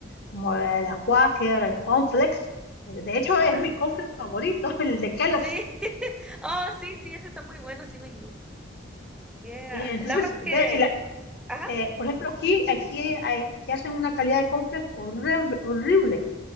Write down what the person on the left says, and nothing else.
como la Quaker, el Conflex. De hecho,
es mi cornflakes favorito, <laughs> el de Kellogg's.
Eh, entonces,
<laughs>
ver, y la-
eh, por ejemplo, aquí, aquí, hay- aquí hacen una calidad de complex horrible, horrible,